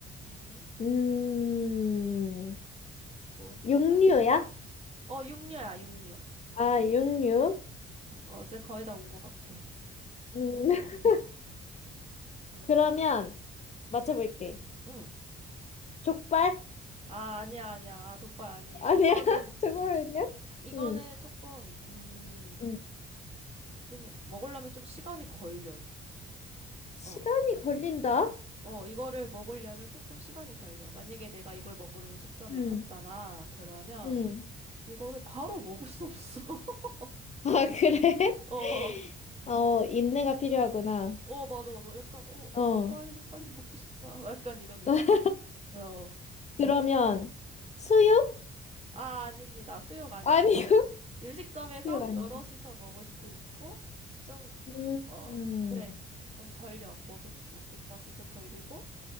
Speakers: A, on the right (about 30°); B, on the left (about 35°).
A: 음,
B: 음,
A: 뭘까?
B: 육류야?
A: 어, 육류야, 육류.
B: 아, 육류.
A: 음, 어, 이제 거의 다 온 것 같아.
B: 음, <laughs>
A: 어,
B: 그러면 맞춰볼게.
A: 음.
B: 족발?
A: 아, 아니야, 아니야. 아, 족발 아니에요.
B: 아니야?
A: 이거는,
B: <laughs> 족발 아니야?
A: 이거는
B: 음,
A: 조금, 음,
B: 음.
A: 좀, 먹으려면 좀 시간이 걸려.
B: 시간이
A: 어,
B: 걸린다?
A: 어, 이거를 먹으려면 조금 시간이 걸려. 만약에 내가 이걸 먹으러 음식점에
B: 음,
A: 갔잖아. 그러면
B: 음.
A: 이거를 바로 먹을 수 없어. <laughs>
B: 아, 그래?
A: 어,
B: <laughs> 어,
A: 예,
B: 인내가 필요하구나.
A: 어, 맞아, 맞아. 약간, 어,
B: 어.
A: 어, 뭐, 빨리, 빨리 먹고 싶다. 약간 이런 느낌?
B: <laughs>
A: 어.
B: 그러면 수육?
A: 아, 아닙니다. 수육 아니고.
B: 아니요. <laughs>
A: 음식점에서
B: 수육 아니고.
A: 여럿이서 먹을 수 있고, 좀,
B: 음,
A: 어,
B: 음,
A: 그래. 좀 걸려. 먹을, 먹기까지 좀 걸리고,